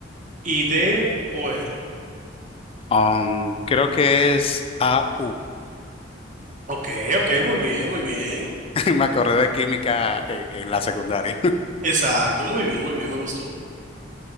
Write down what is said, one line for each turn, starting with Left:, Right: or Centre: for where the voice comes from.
Right: y D, OR.
Left: Um, creo que es A U,
Right: Ok, ok, muy bien, muy bien.
Left: <laughs> Me acordé de química eh, en, la secundaria.
Right: Exacto, muy bien, muy bien, me gustó.